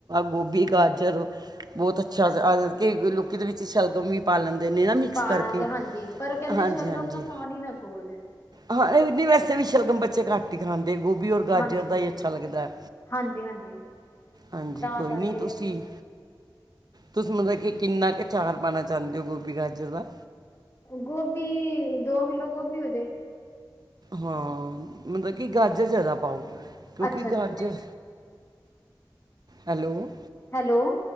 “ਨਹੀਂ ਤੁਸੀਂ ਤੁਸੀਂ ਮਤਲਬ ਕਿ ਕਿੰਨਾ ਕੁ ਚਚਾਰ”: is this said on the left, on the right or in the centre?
Right